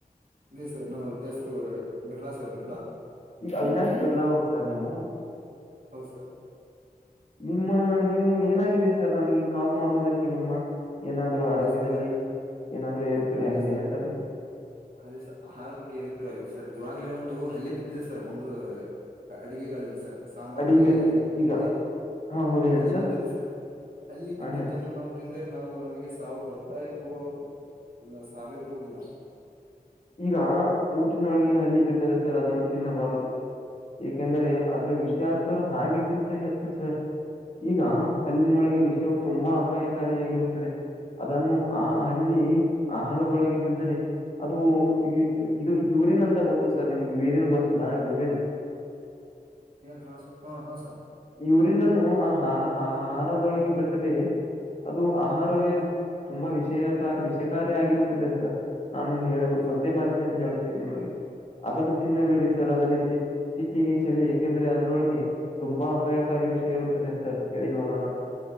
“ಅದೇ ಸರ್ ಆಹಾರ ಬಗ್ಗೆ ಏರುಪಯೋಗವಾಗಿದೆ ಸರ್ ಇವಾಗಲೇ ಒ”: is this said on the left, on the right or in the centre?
Right